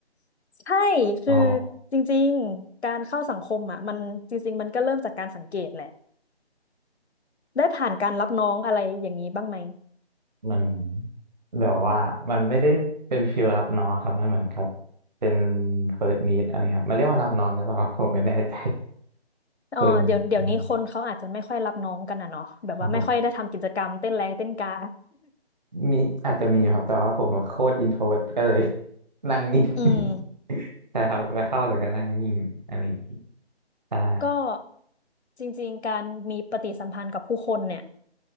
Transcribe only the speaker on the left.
ใช่คือ
จริงๆการเข้าสังคมอ่ะมันจริงๆมันก็เริ่มจากการสังเกตแหละได้ผ่านการรับน้องอะไรอย่างนี้บ้างไหม
อ๋อเดี๋ยวเดี๋ยวนี้คนเขาอาจจะไม่ค่อยรับน้องกันอ่ะเนาะแบบว่าไม่ค่อยได้ทำกิจกรรมเต้นแรงเต้นกา
<laughs> อืม
ก็จริงๆการมีปฏิสัมพันธ์กับผู้คนเนี่ย